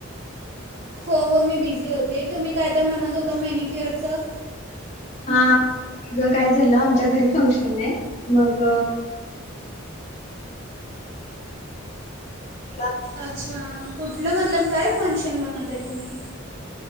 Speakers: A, on the right; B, on the left.
A: हो हो मी बिझी होते तुम्ही काय तर म्हणत होता मेनिक्युअर च
B: हा काय झालं आमच्या घरी फंक्शन आहे मग झा हो
A: अच्छा कुठलं मतलब काय फंक्शन बनवत आहे तुम्ही